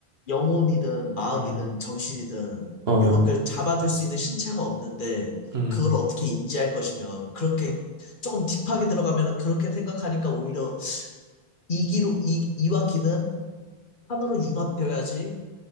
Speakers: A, on the left; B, on the right.
A: 영혼이든 마음이든
B: 음.
A: 정신이든,
B: 어,
A: 이런 걸 잡아줄 수 있는 신체가 없는데,
B: 음,
A: 그걸 어떻게 인지할 것이며, 그렇게 조금 딥하게 들어가면 그렇게 생각하니까 오히려 이기로, 이, 이와 기는 하나로 융합되어야지